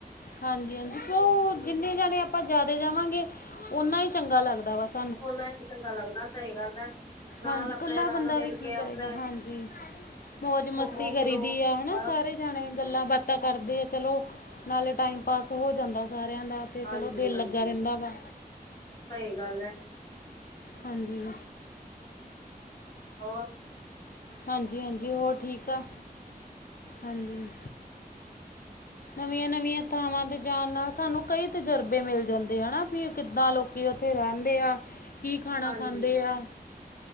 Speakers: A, on the left; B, on the left.
A: ਹਾਂਜੀ -ਹਾਂਜੀ, ਜਿੰਨੇ ਜਾਣੇ ਆਪਾਂ ਜ਼ਿਆਦੇ ਜਾਵਾਂਗੇ ਓਨਾਂ ਹੀ ਚੰਗਾ ਲੱਗਦਾ ਬਸ।
B: ਉਹਨਾਂ ਹੀ ਚੰਗਾ ਲੱਗਦਾ, ਸਹੀ ਗੱਲ ਹੈ। ਨਾਲ
A: ਹਾਂਜੀ,
B: ਆਪਣੇ
A: ਕੱਲਾ
B: ਰਲ
A: ਬੰਦਾ
B: ਮਿਲ
A: ਵੀ ਕੀ
B: ਕੇ ਆਪਣੇ
A: ਕਰੇਗਾ, ਹਾਂਜੀ। ਮੌਜ- ਮਸਤੀ
B: ਘੁੰਮੋ
A: ਕਰੀ
B: ਫਿਰੋ
A: ਦੀ ਆ, ਹਨਾ
B: ਬਸ
A: ਸਾਰੇ ਜਾਣੇ ਗੱਲਾਂ -ਬਾਤਾਂ। ਤਾਂ ਕਰਦੇ ਆ, ਚਲੋ ਨਾਲੇ ਟਾਈਮ ਪਾਸ ਹੋ ਜਾਂਦਾ, ਸਾਰਿਆਂ ਦਾ। ਤੇ
B: ਹਾਂਜੀ
A: ਚਲੋ, ਦਿਲ
B: ਹਾਂਜੀ
A: ਲੱਗਾ ਰਹਿੰਦਾ ਵਾ।
B: ਸਹੀ ਗੱਲ ਹੈ।
A: ਹਾਂਜੀ।
B: ਹੋਰ
A: ਹਾਂਜੀ- ਹਾਂਜੀ, ਹੋਰ ਠੀਕ ਆ? ਹਾਂਜੀ। ਨਵੀਆਂ -ਨਵੀਆਂ, ਥਾਵਾਂ ਤੇ ਜਾਣ ਨਾਲ ਸਾਨੂੰ ਕਈ ਤਜਰਬੇ ਮਿਲ ਜਾਂਦੇ ਹਨਾ, ਵੀ ਕਿੱਦਾਂ ਲੋਕ ਕੀ ਉੱਥੇ ਰਹਿੰਦੇ ਆ? ਕੀ ਖਾਣਾ
B: ਹਾਂਜੀ
A: ਖਾਂਦੇ ਆ?